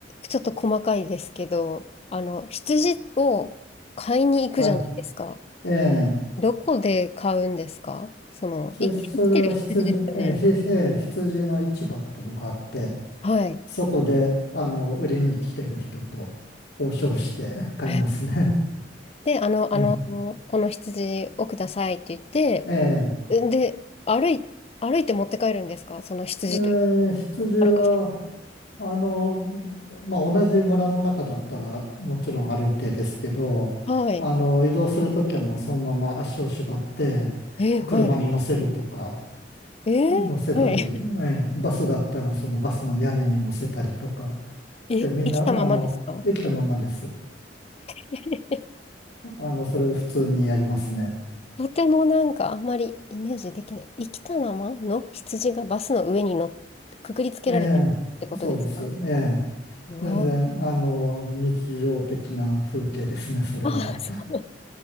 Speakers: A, on the left; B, on the left.
A: ちょっと細かいですけど、あの、羊を買いに行くじゃないですか。
B: はい。ええ、
A: どこで買うんですかその、
B: それ、
A: い、
B: それは羊、
A: 生きてる羊ですよね。
B: ええ、ひええ羊の市場ってのがあって、
A: はい。
B: そこで、あの、売りに来てる人と交渉して買いますね。
A: えで、あの、
B: <laughs>
A: あの、
B: え
A: この羊をくださいって言っ
B: え、ええ
A: て、で、歩い、歩いて持って帰るんですかその羊というか
B: ええ羊は、
A: 歩かせ。
B: あの、まあ、同じ村の中だったらもちろん歩いてですけど、
A: はい。
B: あの、移動するときはもうそのまま足を縛って
A: え、はい。
B: 車に乗せるとか、
A: えー、
B: 乗せたり、
A: はい。<laughs>
B: ええバスだったらそのバスの屋根に乗せたりとかして、
A: え、
B: みんな、
A: 生きたままですか
B: あの、生きたままです。
A: <laughs>
B: あの、それを普通にやりますね。
A: とてもなんかあんまりイメージできない。生きたままの羊がバスの上に乗っ、くくりつけられてるってことですか
B: ええ、そうです。ええ、
A: うわ
B: 全然、あの、日常的な風景ですね、それは。
A: あ、あそう、